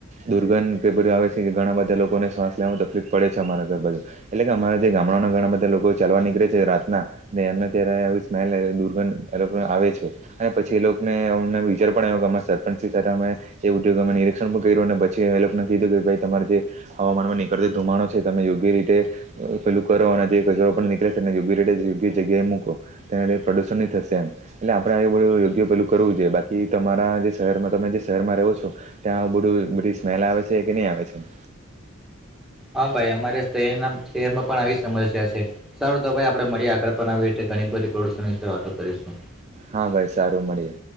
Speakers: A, on the right (about 35°); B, in the centre.
A: દુર્ગંધ પેપર આવે છે કે ઘણા બધા લોકોને શ્વાસ લેવાનું તકલીફ પડે છે અમારા ઘર બાજુ એટલે કે અમારા જે ગામડાના ઘણા બધા લોકો ચાલવા નીકળે છે રાતના એમને અ્યારે આવ સ્માઈલ દુર્ગંધ એ આવે છે. અને પછી એ લોકોને અમને વિચાર પણ આવ્યો કે અમારા સરપંચથી સાથે અમે એવુંું કે અમે નિરીક્ષણ પણ કર્યું અને પછી હેલ્પ નથી કીધું કે ભાઈ તમારે જે હવામાન માં નીકળતા ધુમાણો છે તમે યોગ્ય રીતે પેલું કરો અને કચરો પણ નીકળે છે યોગ્ય ર યોગ્ય જગ્યાએ મૂકો તેના લ પ્રદુષણ થશે એમ એટલે આપણેે આ બધું યોગ્ય પેલું કરવું જોઈએ બાકી તમારા જે શહેરમાં તમે જે શહેરમાં રહો છો. ત્યાં બધું બધું સ્મેલ આવે છે કે નહીં આવે છે?
B: હા ભાઈ અમારે શહેરના શહેરમાં પણ આવી સમસ્યા છે. સારું તો ભાઈ આપણે મળી આગળ પણ આવીી ઘણી બધી પ્રદુષણ વિશે વાતો કરીશું.
A: હા ભાઈ સારું મળીએ.